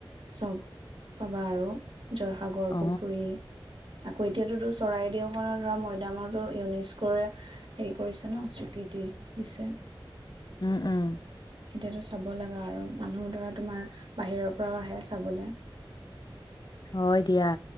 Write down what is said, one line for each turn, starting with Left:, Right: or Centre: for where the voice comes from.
Right: চব পাবা আৰু জয়সাগৰ
Left: অ
Right: পুখুৰী। আকৌ এতিয়াতোতো চৰাইদেউখনৰ ধৰা ময়দামতো ইউনেস্কোৰে হেৰি কৰিছে ন স্বীকৃতি দিছে।
Left: উম উম।
Right: এতিয়াতো চাব লগা আৰু মানুহ ধৰা তোমাৰ বাহিৰৰ পৰাও আহে চাবলে।
Left: হয়। এতিয়া